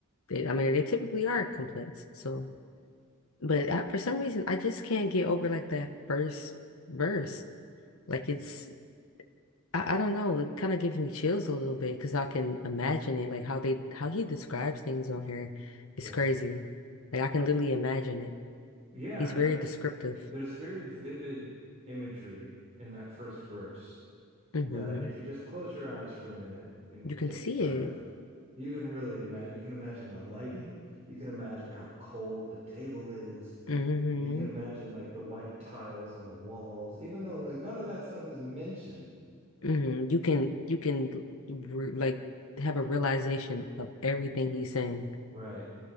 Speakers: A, on the left; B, on the right.
A: they I mean they typically are complex. So but I, for some reason I just can't get over like that first verse. Like it's I, I don't know. It kind of gives me chills a little bit because I can imagine it, like how they how he describes things on here. It's
B: Yeah,
A: crazy. Like I can literally imagine it.
B: yeah.
A: He's very
B: Uh,
A: descriptive.
B: there's very vivid imagery in that first verse
A: hmm
B: that if you just close your eyes for a minute and
A: You
B: you take
A: can see
B: a breath,
A: it.
B: you can really imagine you can imagine the lighting, you can imagine how cold the table is,
A: hmm
B: you can imagine like the white tiles on the walls, even though like none of that stuff is mentioned.
A: hmm You can you can re like have a realization of everything he's saying.
B: Right.